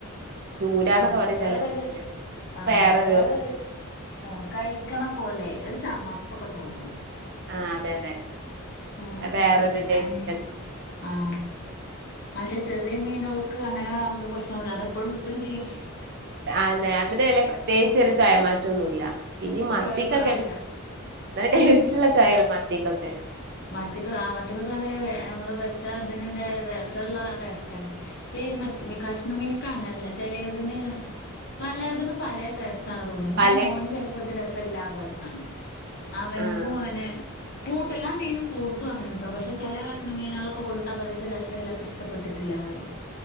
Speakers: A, on the right; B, on the left.
A: ചൂരാന്നൊക്കെ
B: ആഹ്
A: പറയും
B: വേറരു
A: ചെലര്
B: ആഹ്
A: വേറൊരു
B: വേറരു ആഹ് കൈ കാണ പോലെ ഒരു ചമർപ്പൊക്കെ തോന്നളു
A: ആഹ് അതെ അതെ
B: ആഹ് അപ്പൊ
A: വേറൊരു
B: എനിക്ക് ഇഷ്ടല്ല
A: ടേസ്റ്റ്
B: അ ആഹ് മറ്റേ ചെറിയ മീനുകൾക്ക് അങ്ങനെ ഒക്കെ പ്രശ്നല്ല അതെപ്പോഴും കിട്ടം ചെയ്യും
A: അതെ അതിന് വല്ല പ്രത്യേകിച്ച് വല്ല ചായമാറ്റം ഒന്നുമില്ല പിന്നെ മത്തിക്കൊക്കെ
B: ചോയ അല്ല
A: ന ടേസ്റ്റ്ള്ള ചായല്ല മത്തിക്കൊക്കെ
B: മത്തിക്ക മത്തിക്കൊക്ക നമ്മള് വെച്ചാ അതിറെ രസമുള്ള ടസ്റ്റാണ് ശ മറ്റ കഷ്ണ മീനക്കൾ അങ്ങനെയല്ല ചെലതിന് പലതിനും പല ടേസ്റ്റ ആണ് തോന്നു ഇന്റെ
A: പല
B: മോന് ചെൽപ്പോ ഇത് രസം ഇല്ലാ പറഞ്ഞാ ണ അവൻക്കും
A: ആഹ്
B: ങ്ങനെ കൂട്ടല്ലാം മീനും കൂട്ടും അവനു ട്ടോ പക്ഷെ ചെലെ കഷ്ണം മീനോളൊക്കെ കൊടുത്താ പറിം ഇത് രസം ല്ലാ ഇൻക്ക് ഇഷ്ടപെട്ടിട്ടില്ലാ റിം